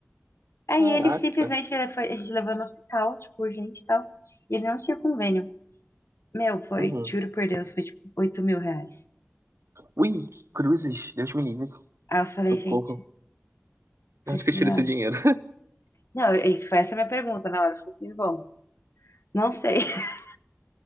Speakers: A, on the left (about 70°); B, on the right (about 80°).
A: Aí
B: Caraca.
A: ele simplesmente ele foi, a gente levou no hospital, tipo, urgente e tal. E ele não tinha convênio. Meu, foi,
B: Uhum.
A: juro por Deus, foi tipo 8 mil reais.
B: Ui, cruzes, Deus me livre.
A: Aí eu falei,
B: Socorro.
A: gente,
B: Onde
A: falei assim,
B: que eu tiro
A: olha.
B: esse dinheiro?
A: Não, isso foi essa minha pergunta na hora. Eu falei assim, bom, não sei, <laughs>